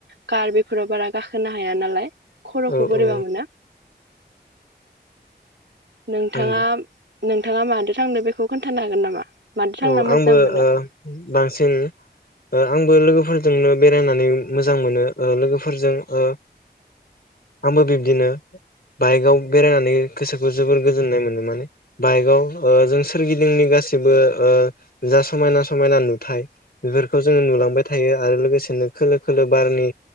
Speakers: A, on the right; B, on the left.
A: कार बेफ फोराव बारा गाखोनो हाया नालाय। खर'खौ
B: औ
A: बोरैबा
B: औ
A: मोना। नोंथाङा
B: आंबो
A: नोंथाङा मादो थांदो बेखौ खोन्थानो हागोन नामा? मादो थांना
B: औ
A: मोजां
B: आंबो
A: मोनो
B: ओ बांसिन ओ आंबो लोगोफोरजोंनो बेरायनानै मोजां मोनो ओ लोगोफोरजों ओ आंबो बिब्दिनो बाइकआव बेरायनानै गोसोखौ जोबोर गोजोननाय मोनो माने बाइकआव ओ जों सोरगिदिंनि गासैबो ओ जा समायना समायना नुथाय बेफोरखौ जोङो नुलांबाय थायो आरो लोगोसेनो खोलो खोलो बारनि